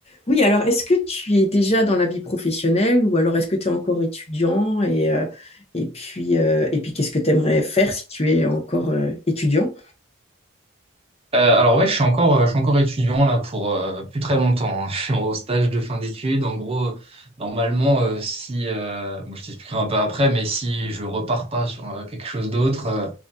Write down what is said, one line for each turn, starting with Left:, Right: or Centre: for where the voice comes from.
Left: Oui, alors est-ce que tu es déjà dans la vie professionnelle ou alors est-ce que tu es encore étudiant et, euh, et puis, euh, et puis qu'est-ce que tu aimerais faire si tu es encore euh, étudiant?
Right: Euh, alors ouais, je suis encore, euh, je suis encore étudiant là pour euh, plus très longtemps. hein. <laughs> Je suis au stage de fin d'études. En gros, normalement, euh, si, euh, bon, je t'expliquerai un peu après, mais si je repars pas sur euh, quelque chose d'autre, euh,